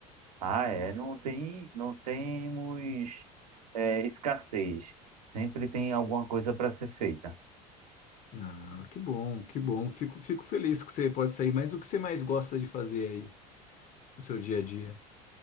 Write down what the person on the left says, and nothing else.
Ah, que bom, que bom. Fico, fico feliz que você pode sair. Mas o que você mais gosta de fazer aí no seu dia a dia?